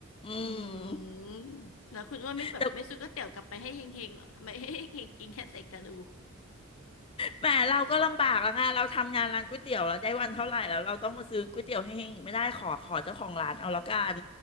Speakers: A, on the left (about 25°); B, on the left (about 80°).
A: อืม
B: อืมแล้วคุณว่าไม่แบบไม่ซื้อก๋วยเตี๋ยวกลับไปให้เฮงๆเหรอทำไมให้เฮงๆกินแค่เศษกระดูก
A: แต่แหมเราก็ลำบากแล้วไงเราทำงานร้านก๋วยเตี๋ยวแล้วได้วันเท่าไหร่แล้วเราต้องมาซื้อก๋วยเตี๋ยวให้เฮงอีกไม่ได้ขอขอเจ้าของร้านเอาแล้วกัน